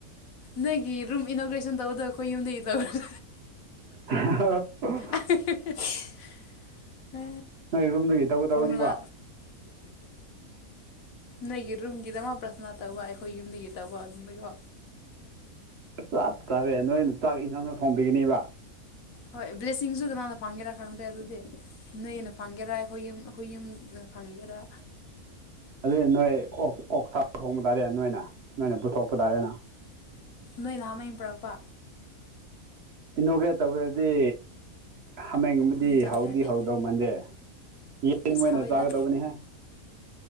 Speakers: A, on the left (about 70°); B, on the right (about 60°).
A: ꯅꯪꯒꯤ ꯔꯨꯝ ꯏꯅꯣꯒ꯭ꯔꯦꯁꯟ ꯇꯧꯗ ꯑꯩꯈꯣꯏ ꯌꯨꯝꯗꯒꯤ ꯇꯧꯔ
B: ꯍ ꯍꯥ ꯍꯥ
A: ꯑꯍꯦ ꯑꯍꯦ ꯍ
B: ꯅꯣꯏ ꯔꯨꯝꯗꯒꯤ ꯇꯧꯒꯗꯧꯕꯅꯤꯕ
A: ꯐꯝꯂ ꯅꯣꯏꯒꯤ ꯔꯨꯝꯒꯤꯗ ꯑꯃ ꯄ꯭ꯔꯊꯅꯥ ꯇꯧꯕ ꯑꯩꯈꯣꯏ ꯌꯨꯝꯗꯒꯤ ꯇꯧꯕ ꯑꯗꯨꯝꯅꯤꯀꯣ
B: ꯆꯞ ꯆꯥꯔꯦ ꯅꯣꯏꯅ ꯆꯥꯛ ꯏꯟꯁꯥꯡꯅ ꯊꯣꯡꯕꯤꯒꯅꯦꯕ
A: ꯍꯣꯏ ꯕ꯭ꯂꯦꯁꯤꯡꯁꯨ ꯀꯅꯥꯅ ꯐꯪꯒꯦꯔꯥ ꯈꯪꯗ꯭ꯔꯦ ꯑꯗꯨꯗꯤ ꯅꯣꯏꯩꯅ ꯐꯪꯒꯦꯔ ꯑꯩꯈꯣꯏ ꯌꯨꯝ ꯑꯩꯈꯣꯏ ꯌꯨꯝ ꯂꯩꯒꯔ
B: <unintelligible> ꯑꯗꯨꯗꯤ ꯅꯣꯏ ꯑꯣ ꯑꯣꯛ ꯁꯥꯥ ꯊꯣꯡꯕ ꯇꯥꯔꯦ ꯅꯣꯏꯅ ꯅꯣꯏꯅ ꯄꯨꯊꯣꯛꯄ ꯇꯥꯔꯦ ꯅ
A: ꯅꯣꯏ ꯅꯍꯥ ꯃꯨꯝ ꯄꯨꯔꯛꯄ
B: ꯏꯅꯣꯒ꯭ꯔꯦꯠ ꯇꯧꯗꯤ ꯍꯥꯃꯦꯡꯒꯨꯝꯕꯗꯤ
A: ꯍꯥꯃꯦꯡ ꯆꯥꯕ
B: ꯍꯥꯎꯗꯤ
A: ꯌꯥꯗꯦ
B: ꯍꯧꯗꯧ ꯃꯟꯗꯦ ꯌꯦꯟ
A: ꯏꯁ
B: ꯃꯣꯏ ꯑꯣꯏꯅ
A: ꯍꯥꯎꯋꯦꯗ
B: ꯆꯥꯒꯗꯧꯕꯅꯤꯍꯦ